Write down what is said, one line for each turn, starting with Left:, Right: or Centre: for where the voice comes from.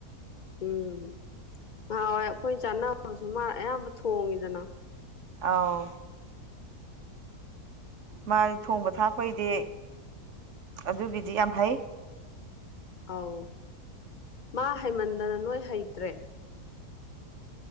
Left: ꯎꯝ ꯉꯍꯥꯟꯋꯥꯏ ꯑꯩꯈꯣꯏꯅ ꯆꯥꯟꯅꯕꯁꯨ ꯃꯥꯅ ꯑꯌꯥꯝꯕ ꯊꯣꯡꯉꯤꯗꯅ
Right: ꯑꯥꯎ ꯃꯥꯗꯤ ꯊꯣꯡꯕ ꯊꯥꯛꯄꯩꯗꯤ ꯑꯗꯨꯒꯤꯗꯤ ꯌꯥꯝ ꯍꯩ
Left: ꯑꯧ ꯃꯥ ꯍꯩꯃꯟꯗꯅ ꯅꯣꯏ ꯍꯩꯇ꯭ꯔꯦ